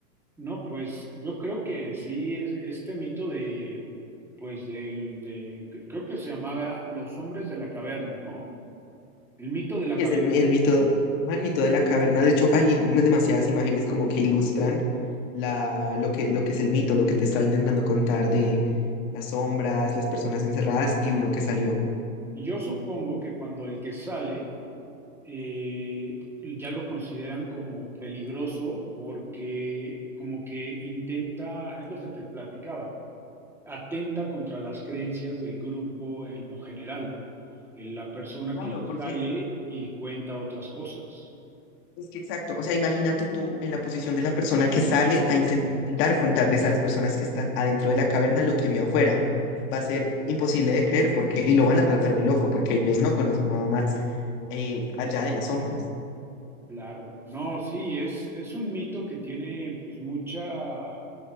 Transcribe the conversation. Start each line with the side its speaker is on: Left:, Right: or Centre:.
Centre: No, pues yo creo que sí, es este mito de, pues del, de, creo que se llamaba Los hombres de la caverna, ¿no? El mito de la
Left: Y
Centre: caverna.
Left: es el, el mito, ajá, el mito de la caverna. De hecho, hay demasiadas imágenes como que ilustran la, lo que, lo que es el mito, lo que te estaba intentando contar de las sombras, las personas encerradas y uno que salió.
Centre: Y yo supongo que cuando el que sale eh, ya lo consideran como peligroso porque como que intenta, es lo que te platicaba, atenta contra las creencias del grupo en lo general, en la persona
Left: Claro,
Centre: que
Left: porque
Centre: sale y cuenta otras cosas.
Left: es que exacto. O sea, imagínate tú en la posición de la persona que sale a intentar contarles a las personas que están adentro de la caverna lo que vio afuera. Va a ser imposible de creer porque, y lo van a tratar de loco porque ellos no conocen nada más eh, allá de las sombras.
Centre: Claro, no, sí, es, es un mito que tiene pues mucha, o